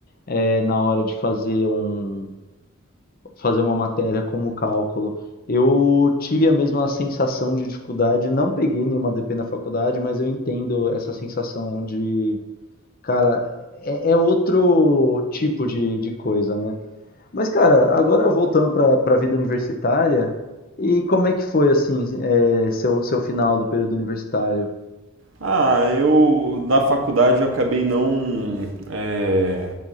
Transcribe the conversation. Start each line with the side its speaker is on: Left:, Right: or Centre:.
Left: eh, na hora de fazer um, fazer uma matéria como cálculo. Eu tive a mesma sensação de dificuldade, não peguei nenhuma DP na faculdade, mas eu entendo essa sensação de, cara, é, é outro tipo de, de coisa, né? Mas, cara, agora voltando para para a vida universitária, e como é que foi, assim, é, seu, seu final do período universitário?
Right: Ah, eu na faculdade eu acabei não é,